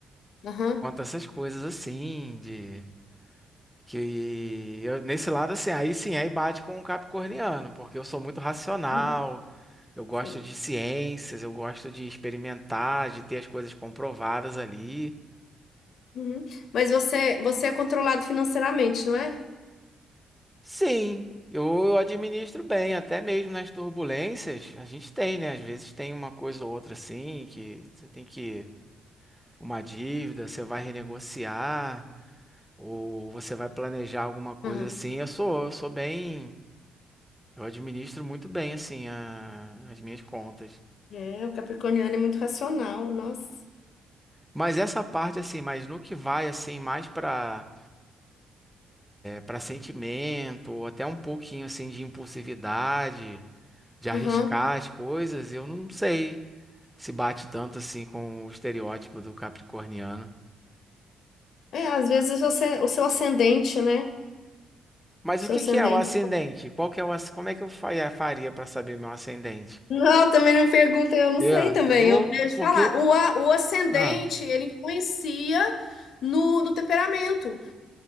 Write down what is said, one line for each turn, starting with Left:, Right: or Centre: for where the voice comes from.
Left: Aham.
Centre: Quanto a essas coisas assim, de que eu- nesse lado assim, aí sim, aí bate com o capricorniano, porque eu sou muito racional,
Left: Uhum.
Centre: eu gosto
Left: Sim.
Centre: de ciências, eu gosto de experimentar, de ter as coisas comprovadas ali.
Left: Uhum. Mas você, você é controlado financeiramente, não é?
Centre: Sim, eu eu administro bem, até mesmo nas turbulências, a gente tem, né? Às vezes tem uma coisa ou outra assim que você tem que uma dívida, você vai renegociar, ou você vai planejar alguma coisa
Left: Aham.
Centre: assim. Eu sou, eu sou bem, eu administro muito bem assim a- as minhas contas.
Left: É, o capricorniano é muito racional, nossa.
Centre: Mas essa parte assim, mas no que vai assim mais para para sentimento, ou até um pouquinho assim de impulsividade, de arriscar
Left: Aham.
Centre: as coisas, eu não sei se bate tanto assim com o estereótipo do capricorniano.
Left: É, às vezes você, o seu ascendente, né?
Centre: Mas
Left: O seu
Centre: o que
Left: ascendente
Centre: que é o ascendente? Qual que é o, asc- como é que eu fa- é, faria para saber meu ascendente?
Left: Não, também não me perguntem, eu não
Centre: É,
Left: sei também.
Centre: eu vou,
Left: Eu vejo
Centre: porque,
Left: falar. O, a- o ascendente,
Centre: ah,
Left: ele influencia no, no temperamento.